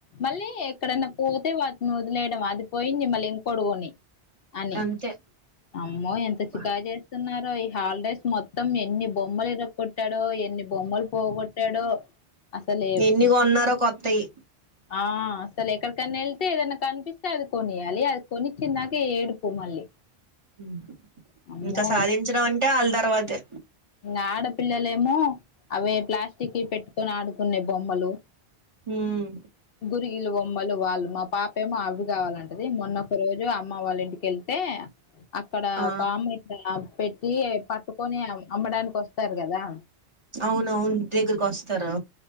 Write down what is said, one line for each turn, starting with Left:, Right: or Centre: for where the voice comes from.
Left: మళ్ళీ ఎక్కడన్నా పోతే వాటిని వదిలేయడం, అది పోయింది మళ్ళీ ఇంకొటి కొనియ్యి. అని,
Right: అంతే
Left: అమ్మో ఎంత
Right: అబ్బా!
Left: చికాకు చేస్తున్నారో ఈ హాలిడేస్ మొత్ త్తం ఎన్ని బొమ్మలు ఇరకొట్టాడో, ఎన్ని బొమ్మలు పోగొట్టాడో, అసలేమ్
Right: ఎన్ని కొన్నారో కొత్తయి
Left: ఆ అసలు ఎక్కడికైనా ఎళ్తే, ఏదన్నా కనిపిస్తే అది కొనియాలి. అది కొనిచ్చిన్దాక ఏడుపు మళ్ళీ.
Right: ఉమ్,
Left: అమ్మో
Right: ఇంకా సాధించడం అంటే ఆళ్ళ తర్వాతే.
Left: ఇగ ఆడపిల్లలేమో, అవే ప్లాస్టికి పెట్టుకొని ఆడుకునే బొమ్మలు,
Right: ఉమ్
Left: గురిగిలు, బొమ్మలు వాళ్ళు మా పాపేమో అవి కావాలంటది. మొన్న ఒక రోజు అమ్మ వాళ్ళ ఇంటికెళ్తే, అక్కడ
Right: ఆ
Left: ఒక ఆమె ఇట్ట, పెట్టి పట్టుకొని అమ్మడానికి వస్తారు గదా.
Right: అవునవును ఇంటి దగ్గరకు ఓస్తారు.